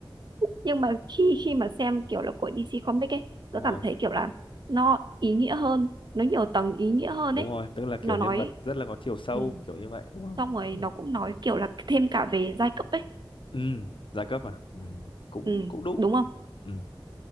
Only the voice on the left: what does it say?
đúng rồi
đúng
rồi tức là
kiểu nhân
vật rất là có chiều sâu
kiểu như vậy đúng không
ừ
Ừ, giai cấp à ừ cũng
cũng đúng
ừ